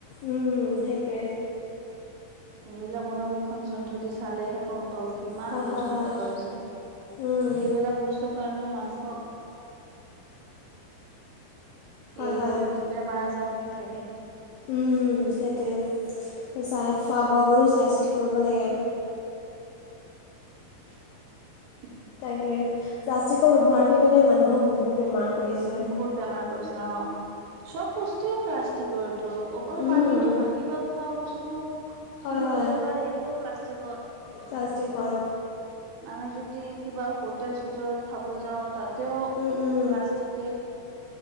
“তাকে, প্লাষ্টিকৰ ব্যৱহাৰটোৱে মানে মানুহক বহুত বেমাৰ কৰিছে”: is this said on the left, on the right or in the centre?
Left